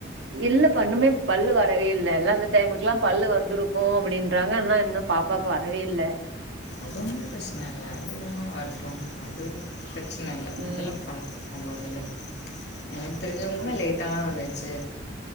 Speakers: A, on the right (about 70°); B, on the left (about 60°).
A: இல்ல பண்ணுமே பல்லு வரவே இல்ல எல்லாம் அந்த டைமுக்குல்லா பல்லு வந்துரும் ஓ அப்படின்றாங்க ஆனா இன்னும் பாப்பாவுக்கு வரவே இல்ல
B: அது ஒன்னும் பிரச்சனை இல்ல அது ஒன்னும் வரட்டும் அது பிரச்சனை இல்ல
A: ம்.
B: அதெல்லாம் ப ஒன்னும் இல்ல எனக்கு தெரிஞ்சவுங்களுக்குமே
A: அது
B: லேட்டாக தான் வந்துச்சு